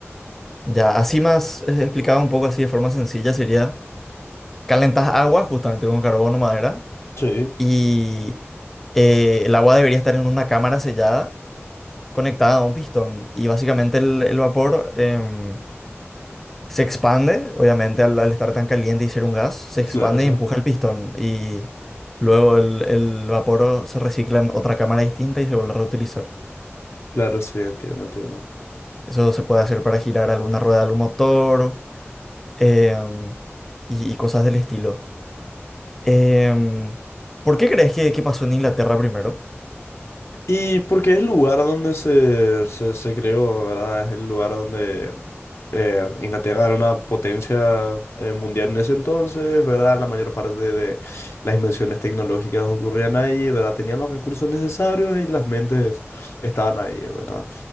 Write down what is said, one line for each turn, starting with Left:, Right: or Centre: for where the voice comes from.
Centre: Ya, así más eh, explicado un poco así de forma sencilla sería calentas agua justamente con carbono madera
Left: Sí,
Centre: y eh, el agua debería estar en una cámara sellada conectada a un pistón y básicamente el, el vapor em, Se expande, obviamente, al, al estar tan caliente y ser un gas, se expande
Left: claro, sí.
Centre: y empuja el pistón. Y luego el, el vapor se recicla en otra cámara distinta y se vuelve a reutilizar.
Left: Claro, sí, entiendo, entiendo.
Centre: Eso se puede hacer para girar alguna rueda de algún motor em, y, y cosas del estilo. Em, ¿por qué crees que, que pasó en Inglaterra primero?
Left: Y porque es el lugar donde se, se, se creó, ¿verdad? Es el lugar donde eh, Inglaterra era una potencia eh, mundial en ese entonces, ¿verdad? La mayor parte de las invenciones tecnológicas ocurrían ahí, ¿verdad? Tenían los recursos necesarios y las mentes estaban ahí, ¿verdad?